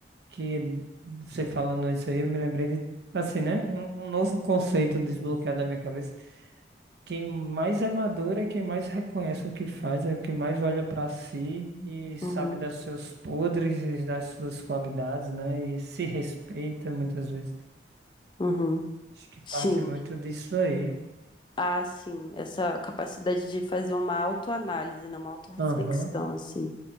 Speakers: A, on the right; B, on the left.
A: que você falando isso aí, eu me lembrei de, assim, né? Um, um novo conceito desbloqueado na minha cabeça. Quem mais é maduro é quem mais reconhece o que faz, é o que mais olha pra si e sabe
B: Uhum.
A: dos seus podres e das suas qualidades, né? E se respeita muitas vezes.
B: Uhum.
A: Acho que parte
B: Sim.
A: muito disso aí.
B: Ah, sim, essa capacidade de fazer uma autoanálise, né, uma autorreflexão,
A: Aham,
B: assim.